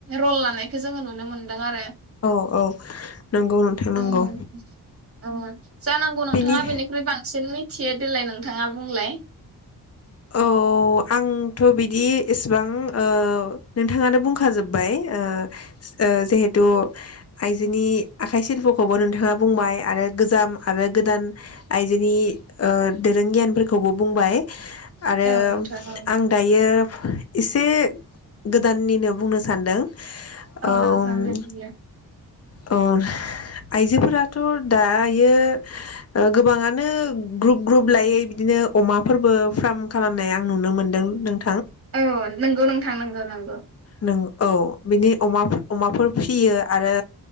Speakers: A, on the right; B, on the left.
A: रल लानायखौ जोङो नुनो मोनदों आरो
B: औ औ नंगौ नोंथां नंगौ।
A: उम अ जानांगौ नोंथाङा
B: बेनि
A: बेनिख्रुइ बांसिन मिथियो देलाय नोंथाङा बुंलाय
B: औ आंथ' बिदि एसेबां ओ नोंथाङानो बुंखाजोब्बाय ओ ओ जिहेथु आइजोनि आखाइ सिल्पखौबो नोंथाङा बुंबाय आरो गोजाम आरो गोदान आइजोनि ओ दोरों गियानफोरखौबो बुंबाय आरो
A: औ नोंथां औ
B: आं दायो एस एसे गोदाननिनो बुंनो सानदों
A: औ
B: ओम
A: नोंथां दे बुंलाय
B: अ आइजोफोराथ' दायो ओ गोबाङानो ग्रुप ग्रुप लायै बिदिनो अमाफोरबो फार्म खालामनाय आं नुनो मोनदों नों
A: औ नंगौ नोंथां नंगौ नंगौ।
B: नों औ बिनि अमा अमाफोर फियो आरो